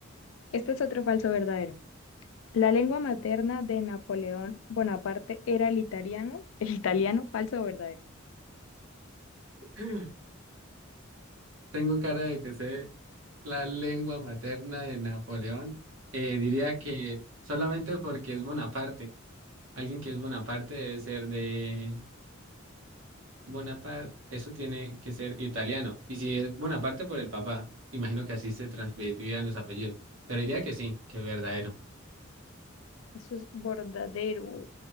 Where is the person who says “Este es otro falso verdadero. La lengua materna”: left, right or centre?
Left